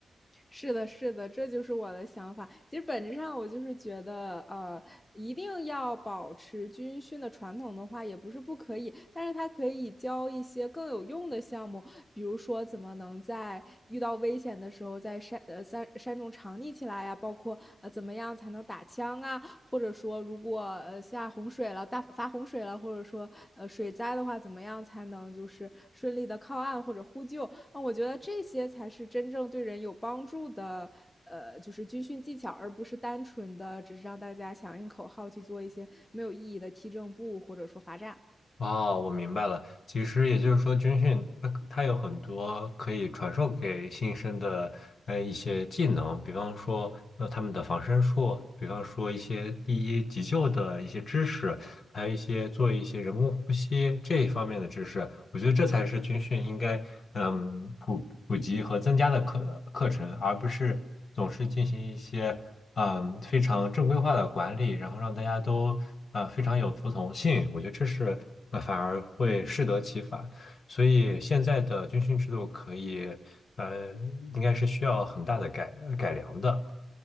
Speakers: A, on the left; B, on the left.
A: 是的，是的，这就是我的想法。其实本质上，我就是觉得，呃，一定要保持军训的传统的话，也不是不可以，但是它可以教一些更有用的项目，比如说怎么能在遇到危险的时候在山呃山山中藏匿起来呀、包括呃怎么样才能打枪啊。啊或者说如果呃下洪水了、大发洪水了，或者说呃水灾的话，怎么样才能就是顺利的靠岸或者呼救？啊，嗯我觉得这些才是真正对人有帮助的。呃，就是军训技巧，而不是单纯的只是让大家响应口号去做一些没有意义的踢正步或者说罚站。
B: 哦，我明白了。其实也就是说，军训它它有很多可以传授给新生的呃一些技能，比方说呃他们的防身术，比方说一些第一急救的一些知识，还有一些做一些人工呼吸这一方面的知识。我觉得这才是军训应该嗯普普及和增加的课课程，而不是总是进行一些嗯非常正规化的管理，然后让大家都呃非常有服从性。我觉得这是。那反而会适得其反。所以现在的军训制度可以，呃，应该是需要很大的改呃改良的。